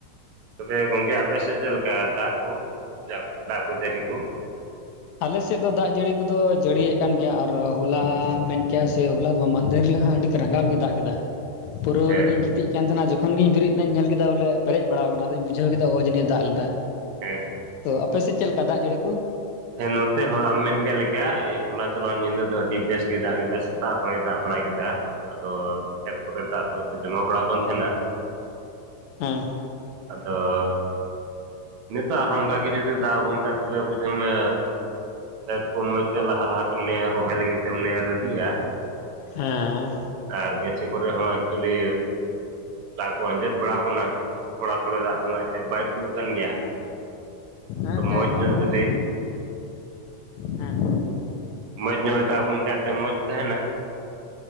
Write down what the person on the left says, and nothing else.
ᱟᱞᱮᱥᱮᱫ ᱫᱚ ᱫᱟᱜ ᱡᱟᱹᱲᱤ ᱠᱚᱫᱚ ᱡᱟᱹᱲᱤᱭᱮᱫ ᱠᱟᱱ ᱜᱮᱭᱟ ᱟᱨ ᱦᱚᱞᱟ ᱢᱮᱱ ᱠᱮᱭᱟ ᱥᱮ ᱦᱚᱞᱟ ᱫᱚ ᱵᱟᱝ ᱢᱟᱫᱷᱮᱨ ᱦᱤᱞᱚᱜ ᱦᱟᱜ ᱟᱹᱰᱤ ᱨᱟᱸᱜᱟᱣ ᱜᱮ ᱫᱟᱜ ᱠᱮᱫᱟ ᱯᱩᱨᱟᱹ
ᱤᱧ ᱫᱩᱧ ᱜᱤᱛᱤᱡ ᱞᱮᱱ ᱛᱟᱦᱮᱱᱟ ᱡᱚᱠᱷᱚᱱ ᱜᱤᱧ ᱵᱮᱨᱮᱫ ᱮᱱᱟᱹᱧ ᱧᱮᱞ ᱠᱮᱫᱟ ᱵᱚᱞᱮ ᱯᱮᱨᱮᱡ ᱵᱟᱲᱟᱣ ᱟᱠᱟᱱᱟ ᱟᱫᱚᱧ ᱵᱩᱡᱷᱟᱹᱣ ᱠᱮᱫᱟ ᱚ ᱡᱟᱱᱤ ᱫᱟᱜ ᱞᱮᱫᱟ᱾
ᱛᱚ ᱟᱯᱮ ᱥᱮᱫ ᱪᱮᱫ ᱞᱮᱠᱟ ᱫᱟᱜ ᱡᱟᱹᱲᱤ ᱠᱚ?
ᱦᱮ,
ᱦᱮᱸ,
ᱚᱱᱟᱛᱮ
ᱟᱵᱚ
ᱦᱮᱸ ᱦᱮᱸ᱾